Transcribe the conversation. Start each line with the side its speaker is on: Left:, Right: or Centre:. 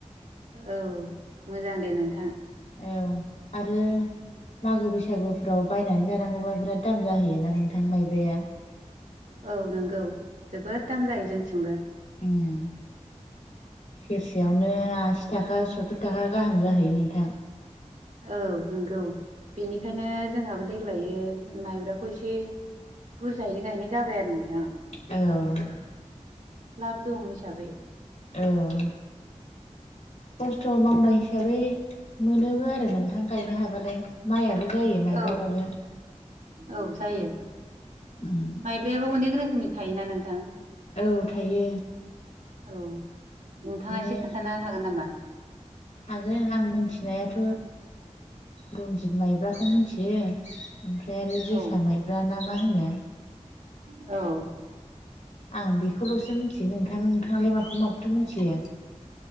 Right: औ मोजां दे नोंथां।
Left: औ आरो। मागो बैसागुफ्राव बायनानै जानांगौबा बिराद दाम जाहोयोना नोंथां माइब्राया।
Right: औ नोंगौ जोबोद दाम जायो जोंथिंबो।
Left: उम सेरसेयावनो आसि थाखा सथुर थाखा गाहाम जाहैयो नोंथां।
Right: औ नोंगौ। बेनिखायनो जोंहाबो देग्लायो माइब्राखौ इसे बुरजायैनो गायनाय जाबाय आरो नोंथां।
Left: औ।
Right: लाब दं हिसाबै।
Left: औ खस्थ' मावनाय हिसाबै मोनोबो आरो नोंथां गायनो हाबालाय। माइआबो जायो माइब्राबाबो।
Right: औ औ जायो।
Left: उम।
Right: माइब्रायाबो अनेक रोखोमनि थायोना नोंथां?
Left: औ थायो।
Right: औ। नोंथांआ
Left: बिदिनो
Right: एसे खोन्थानो हागोन्नामा?
Left: हागोन आं मोनथिनायाथ रन्जित माइब्रा मोनथियो ओमफ्राय आरो जोसा
Right: औ
Left: माइब्रा ना मा होनो
Right: औ
Left: आं बेखौल'सो मोनथियो नोंथां नोंथाङालाय माखौ माखौथो मोनथियो